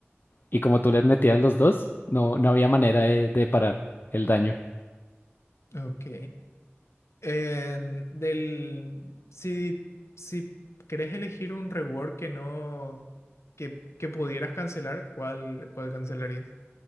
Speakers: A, on the left (about 50°); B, on the left (about 80°).
A: Y como tú les metías los dos, no, no había manera de, de parar el daño,
B: Ok. En- del. Si, si querés elegir un reward que no. que, que pudieras cancelar, ¿cuál, cuál cancelarías?